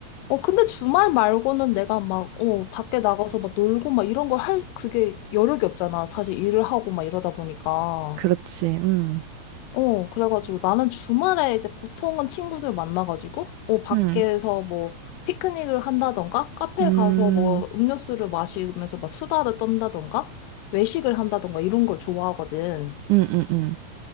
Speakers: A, on the left; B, on the right.
A: 어, 근데 주말 말고는 내가 막, 어, 밖에 나가서 막 놀고 막 이런 걸 할, 그게 여력이 없잖아. 사실 일을 하고 막 이러다 보니까.
B: 그렇지. 음,
A: 어, 그래가지고 나는 주말에 이제 보통은 친구들 만나가지고, 어, 밖에서
B: 음,
A: 뭐 피크닉을 한다던가, 카페
B: 음,
A: 가서 뭐 음료수를 마시면서 막 수다를 떤다던가, 외식을 한다던가 이런 걸 좋아하거든.
B: 음, 음, 음.